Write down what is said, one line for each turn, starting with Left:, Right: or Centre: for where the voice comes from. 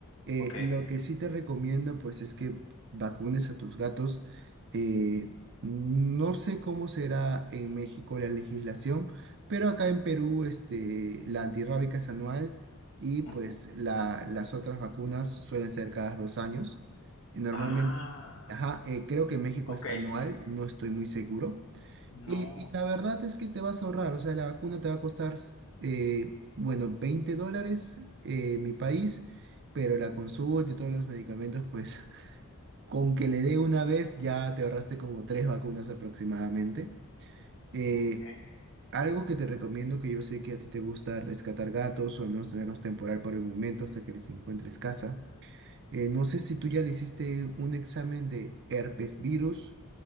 Right: Eh,
Left: ok
Right: lo que sí te recomiendo, pues, es que vacunes a tus gatos. Eh, no sé cómo será en México la legislación, pero acá en Perú, este, la antirrábica es anual y,
Left: Ujú.
Right: pues, la- las otras vacunas suelen ser cada dos años. Y normalmente,
Left: Ah,
Right: ajá, eh, creo que en México
Left: ok.
Right: es anual, no estoy muy seguro.
Left: No.
Right: Y, y la verdad es que te vas a ahorrar, o sea, la vacuna te va a costar, s- eh, bueno, 20 dólares eh, mi país, pero la consulta y todos los medicamentos, pues <laughs> con que le dé una vez ya te ahorraste como tres vacunas aproximadamente. Eh,
Left: ok.
Right: algo que te recomiendo, que yo sé que a ti te gusta rescatar gatos o al menos tenerlos temporal por el momento hasta que les encuentres casa. Eh, no sé si tú ya le hiciste un examen de herpes virus